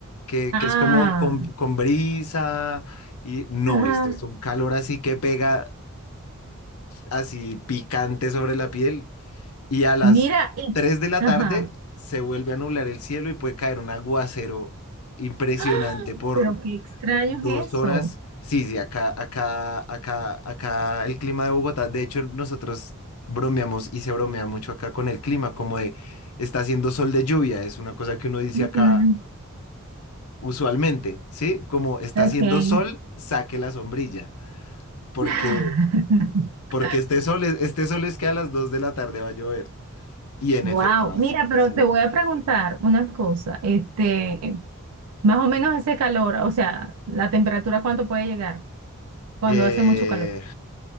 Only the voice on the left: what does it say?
que,
que es como con, con brisa, y no,
esto es un calor así que pega así picante sobre la piel, y a las
3 de la
tarde se vuelve a nublar el cielo y puede caer un aguacero impresionante
por
Dos
horas.
Sí, sí, acá, acá, acá, acá el clima de Bogotá. De hecho, nosotros bromeamos y se bromea mucho acá con el clima, como de está haciendo sol de lluvia. Es una cosa que uno dice
acá usualmente, ¿sí? Como está
haciendo sol, saque la sombrilla. Porque,
porque este sol es, este sol es que a las dos de la tarde va a llover. Y en
efecto, así,
así.
Eh,